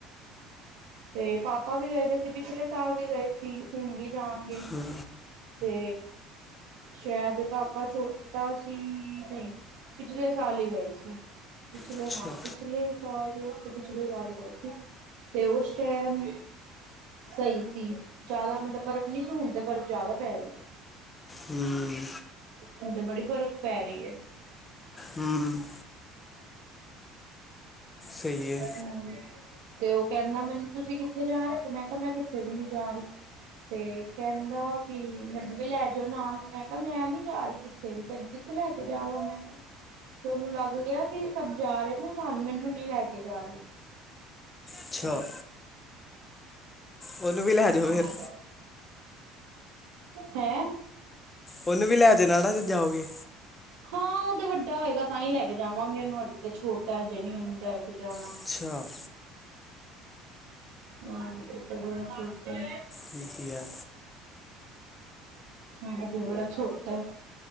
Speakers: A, on the right; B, on the left.
A: ਤੇ ਪਾਪਾ ਵੀ ਗਏ ਦੇ ਸੀ, ਪਿਛਲੇ ਸਾਲ ਵੀ ਗਏ ਸੀ, ਹੁਣ ਵੀ ਜਾਣਗੇ।
B: ਹੂੰ।
A: ਤੇ ਸ਼ਾਇਦ ਕਾਕਾ ਛੋਟਾ ਸੀ, ਨਹੀਂ ਪਿਛਲੇ ਸਾਲ ਹੀ ਗਏ ਸੀ। ਪਿਛਲੇ
B: ਅੱਛਾ
A: ਹਾਂ ਪਿਛਲੇ ਸਾਲ, ਉਸ ਤੋਂ ਪਿਛਲੇ ਸਾਲ ਹੀ ਗਏ ਸੀ। ਤੇ ਉਸ ਟੈਮ ਸਹੀ ਸੀ, ਜ਼ਿਆਦਾ ਮਤਲਬ ਬਰਫ਼ ਨਹੀਂ ਸੀ ਹੁਣ ਤੇ ਬਰਫ਼ ਜ਼ਿਆਦਾ ਪੈ ਰਹੀ ਐ।
B: ਹੂੰ।
A: ਹੁਣ ਤੇ ਬੜੀ ਬਰਫ਼ ਪੈ ਰਈ ਐ।
B: ਹਮ, ਸਹੀ ਹੈ
A: ਹੂੰ ਤੇ ਉਹ ਕਹਿੰਦਾ ਮੈਨੂੰ ਤੁਸੀਂ ਕਿੱਥੇ ਜਾ ਰਹੇ ਹੋ? ਮੈਂ ਕਿਹਾ ਮੈਂ ਕਿੱਥੇ ਵੀ ਨੀ ਜਾ ਰੀ। ਤੇ ਕਹਿੰਦਾ ਕਿ ਮੈਨੂੰ ਵੀ ਲੈ ਜਾਓ ਨਾਲ, ਮੈਂ ਕਾ ਮੈਂ ਨੀ ਜਾ ਰੀ ਕਿ ਤੇ ਵੀ, ਤੈਨੂੰ ਕਿਥੇ ਲੈ ਕੇ ਜਾਵਾਂ ਮੈਂ? ਤੁਹਾਨੂੰ ਲੱਗ ਗਿਆ, ਕਿ ਸਭ ਜਾ ਰਹੇ ਨੇ ਸਾਨ ਮੈਨੂੰ ਨੀ ਲੈ ਕੇ ਜਾ ਰੈ
B: ਅੱਛਾ
A: <inaudible>
B: ਉਹਨੂੰ ਵੀ ਲੈ ਜਾਓ
A: ਹਾਂ,
B: ਫਿਰ
A: ਹੈਂ?
B: ਉਹਨੂੰ ਵੀ ਲੈ ਦੇਣਾ ਨਾ ਜਾਓਗੇ।
A: ਹਾਂ ਉਹ ਤੇ ਵੱਡਾ ਹੋਏਗਾ, ਤਾਂ ਹੀ ਲੈ ਕੇ ਜਾਵਾਂਗੇ ਉਹਨੂੰ, ਹਜੇ ਤੇ ਛੋਟਾ ਐ, ਤਾਂ ਹਜੇ ਨੀ ਉਹਨੂੰ ਲੈ ਕੇ ਜਾਣਾ।
B: ਅੱਛਾ
A: ਹਾਂ ਤੇ ਬੜਾ ਛੋਟਾ।
B: ਕੀ-ਕੀ ਐ?
A: ਹਾਂ। ਹਜੇ ਬੜਾ ਛੋਟਾ ਐ,